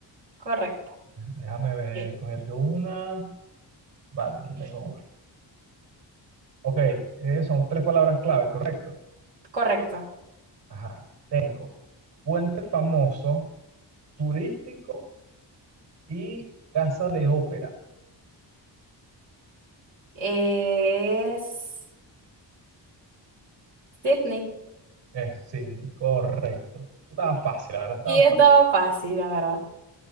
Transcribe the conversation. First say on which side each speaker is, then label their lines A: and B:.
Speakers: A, on the right; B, on the right.
A: <laughs> correcto.
B: Déjame ver,
A: Ok.
B: escoger yo una. Vale, aquí tengo una. Ok, eh, son tres palabras clave, ¿correcto?
A: Correcto.
B: Ajá, tengo puente famoso, turístico y casa de ópera.
A: Es Sydney.
B: Eh, sí, correcto. Estaba fácil, la verdad, estaba
A: Sí, estaba
B: fácil.
A: fácil, la verdad.